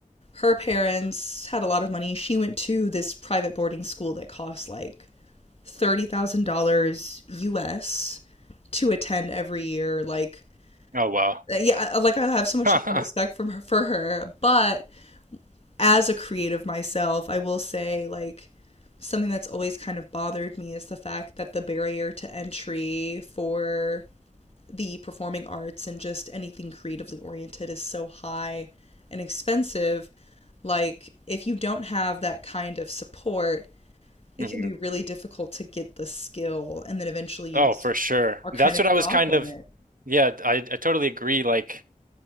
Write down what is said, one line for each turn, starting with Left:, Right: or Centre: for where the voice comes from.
Left: her parents had a lot of money. She went to this private boarding school that costs like $30,000 US to attend every year. Like
Right: Oh wow.
Left: uh, yeah, I- like I have so much
Right: <laughs>
Left: love and respect from her, for her, but as a creative myself, I will say like something that's always kind of bothered me is the fact that the barrier to entry for the performing arts and just anything creatively oriented is so high and expensive, like if you don't have that kind of support, it
Right: Mhm.
Left: can be really difficult to get the skill, and then eventually you
Right: Oh,
Left: just
Right: for sure.
Left: are kind
Right: That's
Left: of
Right: what
Left: cut
Right: I was
Left: off
Right: kind
Left: from
Right: of.
Left: it.
Right: Yeah, I I totally agree. Like.